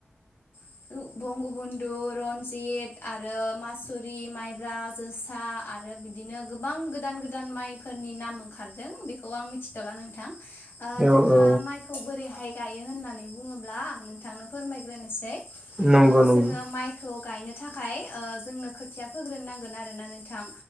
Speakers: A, on the left (about 75°); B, on the right (about 15°).
A: ओ बु-बंगबन्धु रनजित आरो मासुरि माइब्रा जोसाआय आरो बिदिनो गोबां गोदान गोदान माइफोरनि नाम ओंखारदों बेखौ आं मिथिथ'ला नोंथां।
B: औ
A: जोंहा
B: औ
A: माइखौ बोरैहाय गायो होननानै बुङोब्ला आं नोंथांनो फोरमायग्रोनोसै।
B: नंगौ
A: ओ
B: नंगौ
A: जोङो माइखौ गायनो थाखाय ओ जोंनो खोथिया फोग्रोन नांगोन आरोना नोंथां